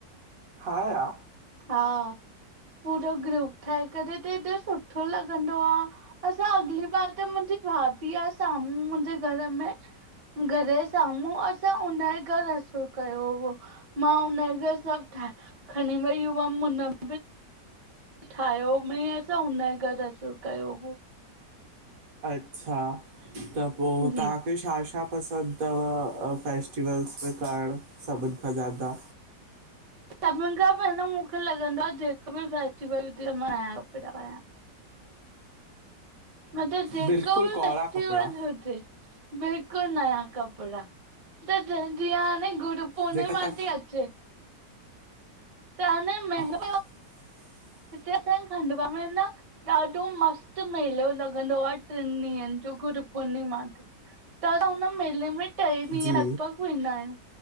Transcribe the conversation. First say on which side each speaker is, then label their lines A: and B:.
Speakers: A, on the right; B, on the right.
A: हा।
B: हा, पूरो ग्रूप ठाहे करे त ॾोढो सुठो लॻंदो आ। असां अॻली बार त मुंजी भाभी आ, साम्हूं मुंहिंजे घर में घर जे साम्हूं आ असां हुनजे घर असुर कयो हो। मां उन सभ खणी वेई हुअम मतलब ठाहियो मिंह जो हुन गॾ असर कयो हो
A: अच्छा त पो
B: जी
A: तां ॿियो छा छा पसंद थव फेस्टिवल्स में कारण सभिन खां ज्यादा
B: सभिन खां पहिरियो मुंखे लॻंदो आ जेको बि फेस्टिवल हुजे मां आहियां कपड़ा आहियां मतलब जेको
A: बिल्कुलु
B: भी
A: कौरा
B: फेस्टिवल
A: कपिड़ा
B: हुजे बिल्कुल नया कपड़ा त जीअं हाणे गुरु पूर्णिमा
A: जेका तव्हां
B: थी अचे त न महंगा
A: <inaudible>
B: हिते स खंडुवा में न ॾाडो मस्त मेलो लॻंदो आ टिन ॾींहंन जो गुरु पुर्णिमा ते त हुन मेले में टेई ॾींहं
A: जी
B: लॻभॻ वेंदा आहियूं